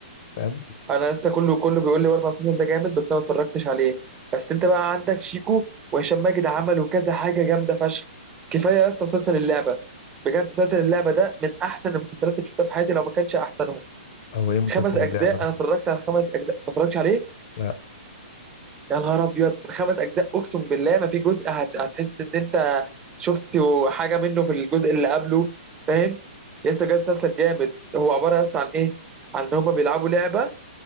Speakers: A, on the left (about 50°); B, on the right (about 20°).
A: فاهم
B: انا يا اسطى كله كله بيقول لي برضه على المسلسل ده جامد بس انا ما اتفرجتش عليه بس انت بقى عندك شيكو وهشام ماجد عملوا كذا حاجه جامده فشخ كفايه يا اسطى مسلسل اللعبه بجد مسلسل اللعبه ده من احسن المسلسلات اللي شفتها في حياتي لو ما كانش احسنهم
A: هو ايه مسلسل
B: خمس اجزاء
A: اللعبه ده
B: انا اتفرجت على خمس اجزاء ما اتفرجتش عليه
A: لا
B: يا نهار ابيض الخمس اجزاء اقسم بالله ما في جزء هت... هتحس ان انت شفت حاجه منه في الجزء اللي قبله فاهم يا اسطى بجد مسلسل جامد هو عباره يا اسطى عن ايه عن ان هم بيلعبوا لعبه